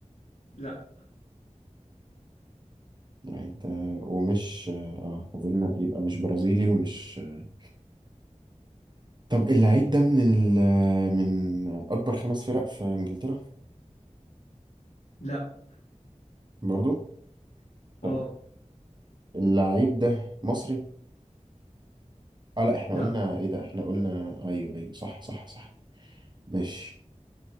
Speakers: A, on the left; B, on the right.
A: لا
B: اللعيب ده ومش اه قلنا يبقى مش برازيلي ومش آه. طب اللعيب ده من ال... من اكبر خمس فرق في انجلترا
A: لا
B: برضو طيب
A: اه
B: اللعيب ده مصري اه لا احنا
A: لا
B: قلنا ايه ده احنا قلنا ايوه ايوه صح صح صح ماشي